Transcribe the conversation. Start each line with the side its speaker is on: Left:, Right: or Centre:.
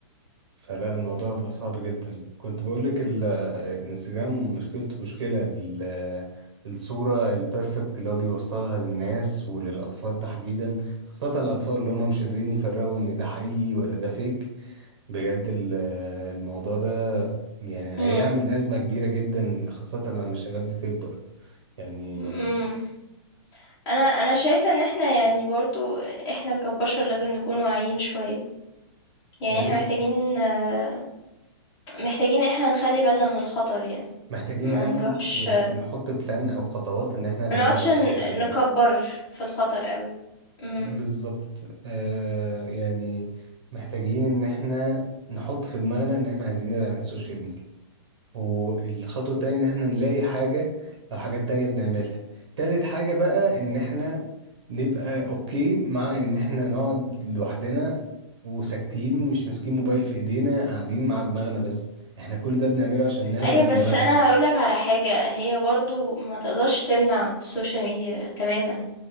Right: فلا الموضوع بقى صعب جدا كنت بقولك ال- آه، الانستجرام مشكلته مشكلة ال- آه، الصورة البيرفكت اللي هو بيوصلها للناس وللأطفال تحديدا خاصة الأطفال اللي هم مش قادرين يفرقوا إن ده حقيقي ولا ده فيك بجد ال- آه، الموضوع ده يعني
Left: امم
Right: هيعمل أزمة كبيرة جدا خاصة لما الشباب دي تكبر يعني
Left: امم انا انا شايفة ان احنا يعني برضو احنا كبشر لازم نكون واعيين شوية يعني
Right: أيوة.
Left: احنا محتاجين آه، محتاجين احنا نخلي بالنا من الخطر يعني
Right: محتاجين
Left: ما
Right: نعمل
Left: نروحش
Right: يعني نحط بلان او خطوات ان احنا نبعد
Left: ما نقعدش
Right: عن السوشيال
Left: ن-
Right: ميديا
Left: نكبر في الخطر قوي امم
Right: بالظبط آه يعني محتاجين ان احنا نحط في دماغنا ان احنا عايزين نبعد عن السوشيال ميديا والخطوة التانية ان احنا نلاقي حاجة او حاجات تانية بنعملها تالت حاجة بقى ان احنا نبقى اوكي مع ان احنا نقعد لوحدنا وساكتين مش ماسكين موبايل في ايدينا قاعدين مع دماغنا بس احنا كل ده بنعمله عشان نهرب
Left: ايوه
Right: من
Left: بس
Right: دماغنا
Left: انا هقولك على حاجة هي برضو ما تقدرش تمنع السوشيال ميديا تماما ما